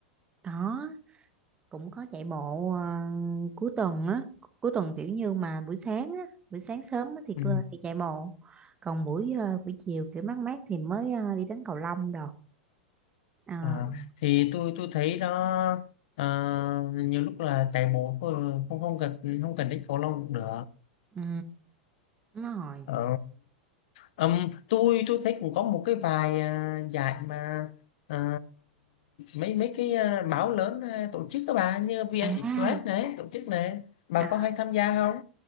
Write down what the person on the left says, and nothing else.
Ừ.
à, thì tôi tôi thấy đó à, nhiều lúc là chạy bộ thôi không không cần không cần đến cầu lông cũng được
ờ, ừm, tôi tôi thấy cũng có một cái vài à, giải mà à, mấy mấy cái à, báo lớn à, tổ chức các bà như vê en
express này tổ chức này bà
có hay tham gia không